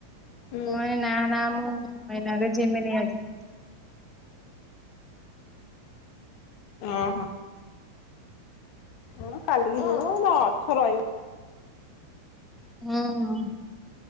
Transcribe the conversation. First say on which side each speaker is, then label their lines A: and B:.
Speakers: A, on the left; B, in the centre.
A: ହୁଁ
B: ମୁଁ କଇଲି ନାଁ ନାଁ ମୁଁ ଏଇନାକେ ଯିମିନି ଆଜି।
A: ଅଁହୋ ହଁ କାଲିକି ରହୁ ଅଛ ରଇ
B: ହୁଁ ହୁଁ